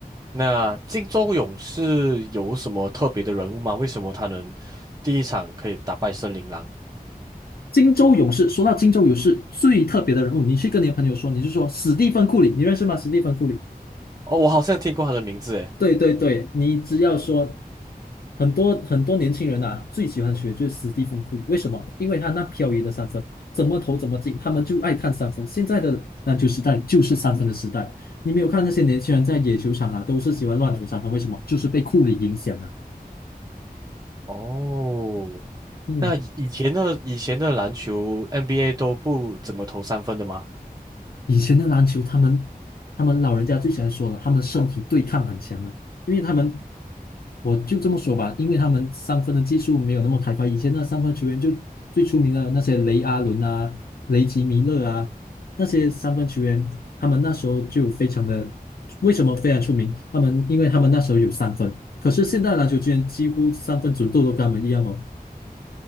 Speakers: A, on the right (about 25°); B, on the left (about 75°).
A: 那金州勇士有什么特别的人物吗？为什么他能第一场可以打败森林狼？
B: 金州勇士，说到金州勇士最特别的人物，你去跟你的朋友说，你就说史蒂芬库里，你认识吗？史蒂芬库里，
A: 哦，我好像听过他的名字诶。
B: 对对对，你只要说，很多很多年轻人啊，最喜欢学就是斯蒂芬库里，为什么？因为他那飘逸的三分，怎么投怎么进，他们就爱看三分。现在的篮球时代就是三分的时代，你没有看那些年轻人在野球场啊，都是喜欢乱投三分，为什么？就是被库里影响啊。
A: 哦
B: 嗯，
A: 那以以前的以前的篮球 NBA 都不怎么投三分的吗？
B: 以前的篮球，他们他们老人家最喜欢说了，他们身体对抗很强啊，因为他们我就这么说吧，因为他们三分的技术没有那么开发，以前那三分球员就最出名的那些雷阿伦啊、雷吉米勒啊，那些三分球员，他们那时候就非常的，为什么非常出名？他们因为他们那时候有三分，可是现在篮球居然几乎三分准度都跟他们一样哦，